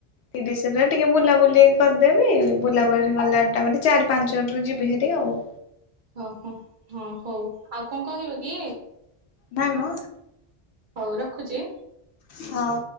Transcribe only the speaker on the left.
ତିରିଶରେ ଟିକେ ବୁଲାବୁଲି କରିଦେବି ବୁଲାବୁଲି ଗଲା ତା ପରେ ଚାରି ପାଞ୍ଚ <unintelligible> ଯିବି ହେରି ଆଉ।
ଧାନ?
ହଁ।